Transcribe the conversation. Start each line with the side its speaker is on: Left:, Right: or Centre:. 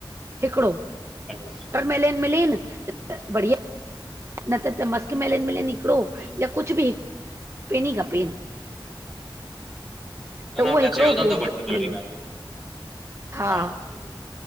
Right: हिकिड़ो।
Centre: अच्छा <inaudible>
Right: वापर मेलेन मिलेन, त बढ़िया न त- त मस्क मेलेन मिले हिकिड़ो
Centre: ठीकु
Right: या कुछ बि हिक खपेन ही खपेन।
Centre: न
Right: त
Centre: न
Right: उहो
Centre: तव्हां
Right: हिकिड़ो
Centre: चयो अथनि
Right: फ्रूट
Centre: त वठी
Right: खपेन,
Centre: ईंदो अहिड़ी ॻाल्हि
Right: हा।
Centre: वठी ईंदो।